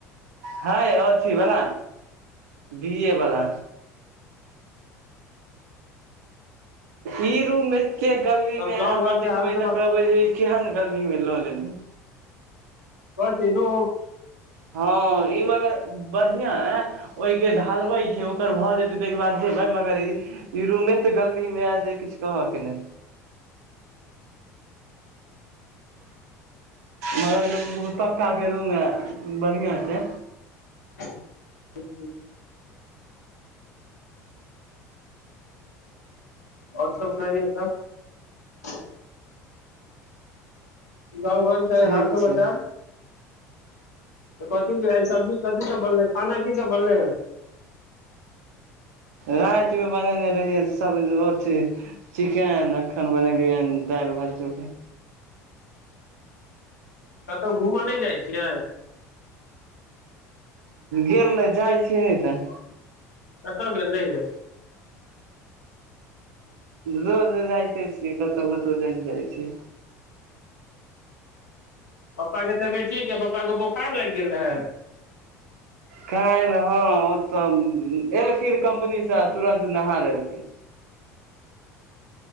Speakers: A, on the right; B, on the left.
A: हँ अथि बला बी ए बला ई रूममे एते गर्मी
B: तब
A: मे
B: गाँव
A: अहाँ
B: घर
A: देखबै
B: के हाल समाचार
A: तऽ कहबे जे केहन गली में लऽ लेली
B: कथि दु
A: हँ इमगर बढ़िया है ओहिये ढालबै छै ओकर भऽ जेतै त एक बार जेबै मगर इ रूमेत गर्मी मे एजे किछ कहऽ के ने मगर जे पक्काके रूममे बढ़ियां छै
B: <inaudible> ओर सब कहियौ त गाँंव घर के
A: ठीक
B: हाल समाचार
A: छै
B: कथी बुझायै छै सब्जी कथी सब बनले ह खाना की सब बनले हैं
A: रातिमे बनेलियै रहियै सभ ले रोटी चिकेन अखन बनेलियै ह दाइल भात चोखा
B: कतहु घूमअ नहि जाइ छियै
A: गेल ने जाइ छियै नहि तऽ
B: कत्त गेलै रैहै
A: रोज जाइते छियै कतउ कतउ जाइ जाइ छियै
B: पप्पा के तबियत ठीक है पप्पाके बोखार लाग गेल रहै
A: कालौ हँ ओ तऽ एलखिन कम्पनीसे तुरन्त नहा लेलखिन